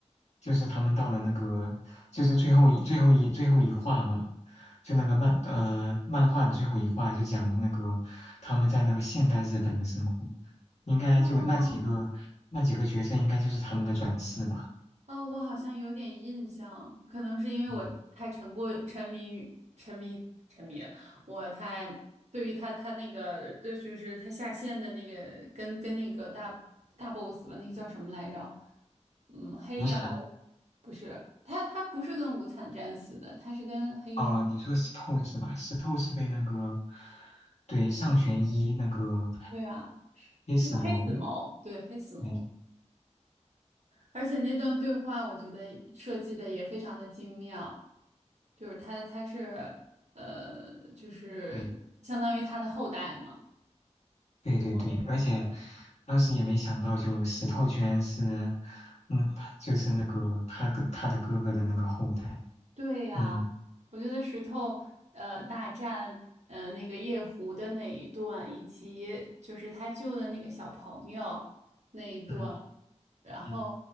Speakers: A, on the left; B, on the right.
A: 就是他们到了那个，就是最后一最后一最后一话嘛，就那个漫呃漫画的最后一话就讲了那个他们在那个现代日本的生活，应该就那几个那几个角色应该就是他们的转世吧。
B: 哦，哦，我好像有点印象，可能是因为我太沉过沉迷于沉迷沉迷，
A: 嗯，
B: 我太对于他他那个，对，就是他下线的那个跟跟那个大大 boss 吧，那个叫什么来着？嗯，黑夜魔王
A: 无惨。
B: 不是他，他不是跟无惨战死的，他是跟黑夜，
A: 啊，你说石头是吧？石头是被那个，对，上弦一那个
B: 对啊，
A: 黑死谋，
B: 是的，黑死谋，对，黑死谋。
A: 对
B: 而且那段对话，我觉得设计的也非常的精妙，就是他他是呃，就是相当于他的后代嘛，
A: 对对对对，
B: 如果没记错的话。
A: 而且当时也没想到，就石头居然是，嗯，他就是那个他跟他的哥哥的那个后代，
B: 对呀，
A: 嗯
B: 我觉得石头呃大战呃那个夜壶的那一段，以及就是他救的那个小朋友那一段，
A: 嗯
B: 然后
A: 嗯